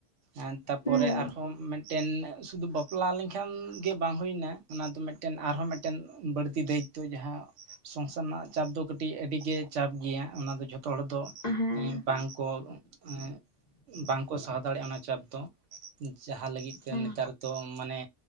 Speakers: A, on the right; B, on the left.
A: ᱮᱸ ᱛᱟᱯᱚᱨᱮ
B: ᱦᱩᱸ
A: ᱟᱨᱦᱚᱸ ᱢᱮᱴ ᱴᱮᱱ ᱥᱩᱫᱷᱩ ᱵᱟᱯᱞᱟ ᱞᱮᱱᱠᱷᱟᱱ ᱜᱮ ᱵᱟᱝ ᱦᱩᱭᱱᱟ ᱚᱱᱟ ᱫᱚ ᱢᱤᱫᱴᱮᱱ ᱟᱨᱦᱚᱸ ᱢᱤᱫᱴᱮᱱ ᱵᱟᱹᱲᱛᱤ ᱫᱟᱹᱭᱤᱛ ᱛᱚ ᱡᱟᱦᱟᱸ ᱥᱚᱝᱥᱟᱨ ᱨᱮᱱᱟᱜ ᱪᱟᱯ ᱫᱚ ᱠᱟᱹᱴᱤᱡ ᱟᱹᱰᱤᱜᱮ ᱪᱟᱯ ᱜᱮᱭᱟ ᱚᱱᱟ ᱫᱚ ᱡᱷᱚᱛ ᱡᱚᱛᱚ ᱦᱚᱲ ᱫᱚ
B: ᱦᱮᱸ
A: ᱮᱸᱜ ᱵᱟᱝ ᱠᱚ ᱮᱸᱜ ᱵᱟᱝ ᱥᱟᱦᱟᱣ ᱫᱟᱲᱮᱭᱟᱜᱼᱟ ᱚᱱᱟ ᱪᱟᱯ ᱫᱚ ᱡᱟᱦᱟᱸ ᱞᱟᱹᱜᱤᱫ ᱛᱮ
B: ᱦᱮᱸ
A: ᱱᱮᱛᱟᱨ ᱫᱚᱢ ᱢᱟᱱᱮ